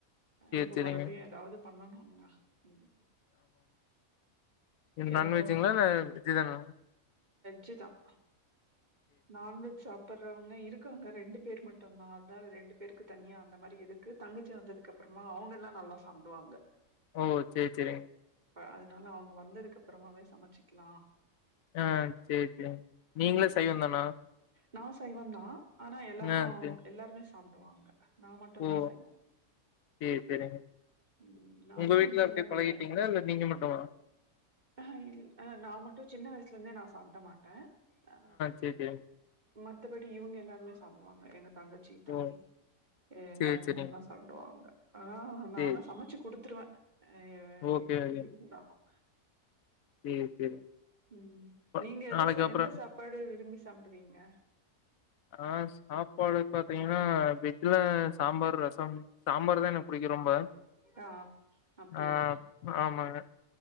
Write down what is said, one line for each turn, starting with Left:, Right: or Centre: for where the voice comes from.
Left: சேரி
Right: இப்ப
Left: சேரிங்க
Right: மறுபடியும் ஏதாது பண்ணனும் அப்டினா ம் ஏதோ
Left: நான் வெஜுங்களா இல்ல வெஜ் தான
Right: சு தான் நான்வெஜ் சாப் சப்புடறவங்க இருக்கிறவங்க ரெண்டு பேர் மட்டும்தான் அதனால ரெண்டு பேருக்கு தனியாக அந்த மாரி எதுக்கு தங்கச்சி வந்ததுக்கு அப்புறமா அவங்கலாம் நல்லா சாப்பிடுவாங்க
Left: ஓ செரி செரி செரிங்க
Right: அதனால அவுங்க வந்துருக் அப்புறமாவே சமைச்சிக்கலாம்
Left: ஆ செரி செரி நீங்களும்
Right: ம்
Left: சைவம் தானா
Right: நா சைவம் தா ஆனா எல்லாரும்
Left: ஆ சே
Right: எல்லாருமே சாப்புடுவாங்க நா மட்டம்
Left: ஓ
Right: தா சைவம்
Left: சேரி சேரிங்க
Right: ம் நானும்
Left: உங்க வீட்ல
Right: என் சின்ன
Left: அப்டியே
Right: பையன்
Left: பழகிட்டீங்களா இல்ல நீங்க மட்டுமா
Right: அ இல் நாமட்டும் சின்ன வயசுல இருந்தே நா சாப்பிட மாட்டேன் ஆ
Left: சேரி சேரிங்க
Right: மத்தபடி இவுங்க எல்லாருமே சாப் ஆ எங்க தங்கச்சி தம்பி
Left: ஓ
Right: எல்லாருமே
Left: சேரி சேரிங்க
Right: நல்லா சாப்புடுவாங்க ஆ நா
Left: சேரி
Right: ஆனா சமைச்சு குடுத் துருவன் க
Left: ஓகே
Right: எப்டி
Left: ஓகேங்க
Right: இருந்தாலும்
Left: சேரி சேரிங்க
Right: ம்
Left: ப
Right: நீங்க எத
Left: நாளைக்கு அப்றோ
Right: எந்த சாப்பாடு விரும்பி சா சாப்பிடுவீங்க
Left: ஆ சாப்பாடு பாத்தீங்கன்னா வெஜ்ல சாம்பார் ரசம் சாம்பார் தா எனக்கு புடிக்கும் ரொம்ப
Right: ஆ அப்டியா
Left: ஆ ஆமாங்க